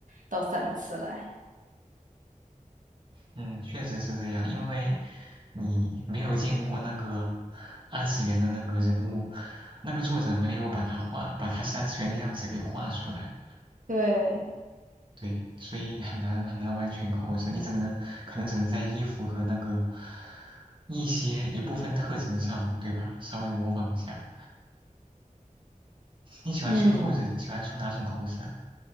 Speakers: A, on the right; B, on the right.
A: 到三次来，
B: 嗯，确实是这样，因为你没有见过那个二次元的那个人物，那个作者没有把他画，把他三次元的样子给画出来，
A: 对，
B: 对，所以很难很难完全扣上，你只能可能只能在衣服和那个一些一部分特征上，对吧？稍微模仿一下。你喜欢出
A: 嗯。
B: cos，喜欢出哪种扣子啊？